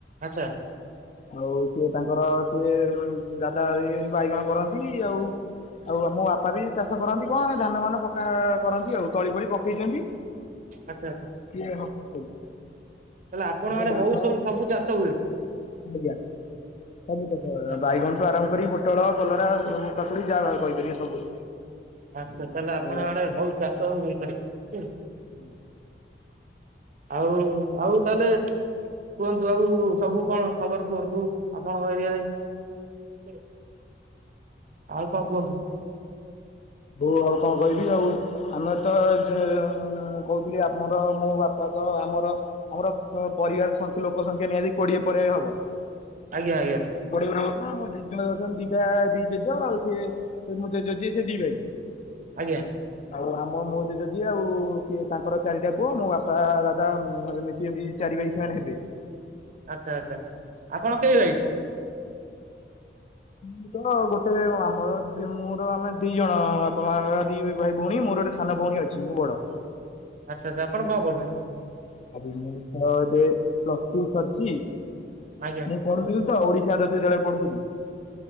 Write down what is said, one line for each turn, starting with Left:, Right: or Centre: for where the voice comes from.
Right: ଆଚ୍ଛା।
Left: ଆଉ ସିଏ ତାଙ୍କର ସିଏ ଦାଦା ବାଇଗଣ କରନ୍ତି ଆଉ ଆଉ ମୋ ବାପା ବି ଚା ଚାଷ କରନ୍ତି କଣ ଏ ଧାନ ଫାନ ପକା କରନ୍ତି ଆଉ ତଳି ଫଳି ପକେଇଛନ୍ତି
Right: ଆଚ୍ଛା
Left: ସିଏ <unintelligible>
Right: ତାହେଲେ ଆପଣଙ୍କ
Left: ଏବେ
Right: ଆଡେ
Left: ଧାନ
Right: ବହୁତ
Left: ଆଜ୍ଞା।
Right: ସବୁ ସବୁ ଚାଷ ହୁଏ।
Left: ସବୁ ଚାଷ
Right: ଆଚ୍ଛା
Left: ବାଇଗଣ ଠୁ ଆରମ୍ଭ କରି ପୋଟଳ, କଲରା, କାକୁଡି ଯାହା ଭା କହିପାରିବେ ସବୁ
Right: ଆଚ୍ଛା ତାଲେ ଆପଣ
Left: ଆଉ
Right: ଆଡେ ହଉ ଚାଷ ହଉ <unintelligible>
Left: ହୁଁ।
Right: ଆଉ ଆଉ ତାଲେ କୁହନ୍ତୁ ଆଉ ସବୁ କଣ ଖବର କୁହନ୍ତୁ ଆପଣଙ୍କ ଏରିଆରେ। ଆଉ କଣ କୁହନ୍ତୁ।
Left: <unintelligible> ଆଉ କଣ କହିବି ଆଉ ଆମେ ତ ଯେ କହୁଥିଲି ଆମର ମୋ ବାପା ତ ଆମର ଆମର ପରିବାର <unintelligible> ଲୋକ ସଂଖ୍ୟା ନିହାତି କୋଡିଏ ପରେ ହବ।
Right: ଆଜ୍ଞା ଆଜ୍ଞା।
Left: <unintelligible> ମୋ ଜେଜେ ଅଛନ୍ତି ଦିଟା ଦି ଜେଜେ ଆଉ ସିଏ ମୋ ଜେଜେ ସେ ଦି ଭାଇ।
Right: ଆଜ୍ଞା।
Left: ଆଉ ଆମ ମୋ ଜେଜେ ଯିଏ ଆଉ ସିଏ ତାଙ୍କର ଚାରିଟା ପୁଅ ମୋ ବାପା ଦାଦା ମି ସିଏ ଏମତି ଚାରି ବାଇ ସେମାନେ ହେବେ।
Right: ଆଚ୍ଛା ଆଚ୍ଛା। ଆପଣ କେହି ଭାଇ
Left: ମୁଁ ତ ଗୋଟେ ଆମର ମୋର ଆମେ ଦି ଜଣ ମୋ ବାପାମାଆଙ୍କର ଦି ଭାଇ ଭଉଣୀ ମୋର ଗୋଟେ ସାନ ଭଉଣୀ ଅଛି ମୁଁ ବଡ।
Right: ଆଚ୍ଛା ଆଚ୍ଛା ଆପଣ କଣ କରୁଛନ୍ତି?
Left: <unintelligible> ମୁଁ ତ ଏବେ ପ୍ଲସ ଟୁ ସରଛି।
Right: ଆଜ୍ଞା।
Left: ପଢୁଥିଲି ତ ଓଡ଼ିଶା ର <unintelligible> ବିଦ୍ୟାଳୟ ପଢୁଥିଲି।